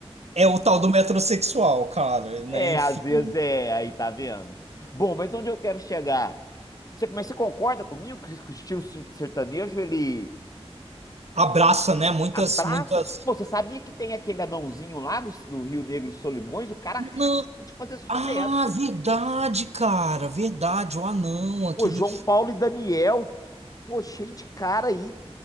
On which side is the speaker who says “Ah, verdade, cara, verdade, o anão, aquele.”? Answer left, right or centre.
Right